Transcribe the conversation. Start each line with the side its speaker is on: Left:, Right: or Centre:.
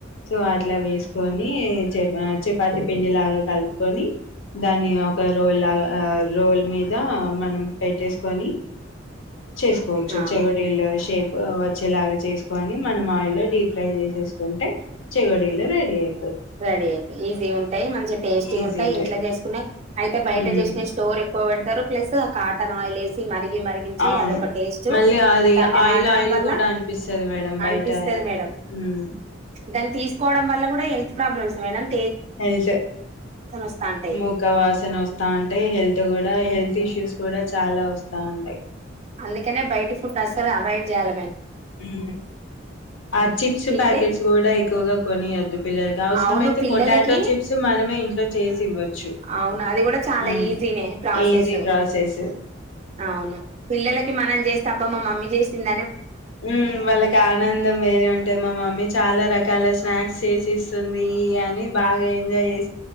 Left: సో అట్లా వేసుకొని చపాతి పిండి లాగ కలుపుకొని దాని ఒక రోల్ లాగ రోల్ మీద మనం పెట్టేసుకొని చేసుకోవచ్చు
Right: ఆ
Left: చెగోడీలు షేప్ వచ్చేలాగా చేసుకొని మనం ఆయిల్లో డీప్ ఫ్రై చేసేసుకుంటే చెగోడీలు రెడీ అయిపో
Right: రెడీ అయితయి ఈజీ గ ఉంటయి మంచి టేస్టీ గ
Left: ఈజీ
Right: ఉంటయి
Left: ఉంటది
Right: ఇంట్లో చేసుకునే అయితే బయట
Left: ఉమ్
Right: చేసిన స్టోర్ ఎక్కువ ప్లస్ ఆ కాటన్ ఆయిల్ వేసి మరి మరిగించి
Left: అవును
Right: అదొక టేస్ట్
Left: మళ్ళీ అది
Right: దాన్ని
Left: ఆయిల్
Right: వాడడం
Left: ఆయిల్
Right: వల్ల
Left: కూడా అనిపిస్తది మేడం
Right: అనిపిస్తది
Left: బయట
Right: మేడం
Left: మ్మ్
Right: దాన్ని తీసుకోవడం వల్ల కూడా హెల్ ప్రాబ్లమ్స్ మేడమ్
Left: హెల్త్
Right: వస్తాంటాయి
Left: మూక వాసన వస్తాంటయి హెల్త్ కూడా హెల్త్ ఇష్యూస్ కూడా చాలా వస్తా ఉంటాయి
Right: అందుకనే బయట ఫుడ్ అస్సలు అవయిడ్ జాల
Left: ఈ ఆ చిప్స్
Right: తింటే
Left: ప్యాకెట్స్ కూడా ఎక్కువగా కొనియద్దు. పిల్లలకి అవసరంమయితే,
Right: అవును పిల్లలకి
Left: పొటాటో చిప్స్ మనమే, ఇంట్లో చేసి ఇవ్వచ్చు.
Right: అవును అది కూడా చాలా
Left: ఉ
Right: ఈజీనే ప్రాసెస్
Left: ఈజీగా చేసియచ్
Right: అవును పిల్లలకి మనం చేస్తాబ మా మమ్మీ చేసింది
Left: ఉ వాళ్ళకి ఆనందం వేరే ఉంటది. మా మమ్మీ చాలా రకాల స్నాక్స్ చేసిస్తుంది అని బాగా ఎంజాయ్ చేస్